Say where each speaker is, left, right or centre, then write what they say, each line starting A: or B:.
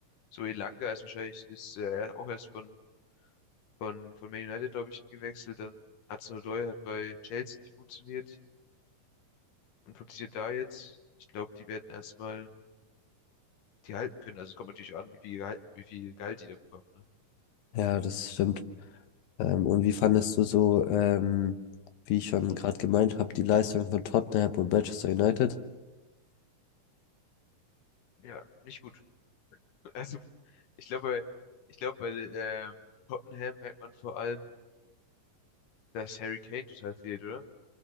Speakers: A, on the left; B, on the left.
A: so Elanga ist wahrscheinlich, ist äh, auch erst von, von, von Man United, glaube ich, hingewechselt. Dann Hudson Odoi hat bei Chelsea nicht funktioniert und funktioniert da jetzt. Ich glaube, die werden erstmal die halten können. Also es kommt natürlich an, wie viel Gehalt, wie viel Gehalt die da bekommen, ne?
B: Ja, das stimmt. Ähm, und wie
A: Ja,
B: fandest du so, ähm, wie ich schon gerade gemeint habe, die Leistung von Tottenham und Manchester United?
A: ja, nicht gut. Also, ich glaube, ich glaube, bei ähm, Tottenham merkt man vor allem, dass Harry Kane total fehlt, oder?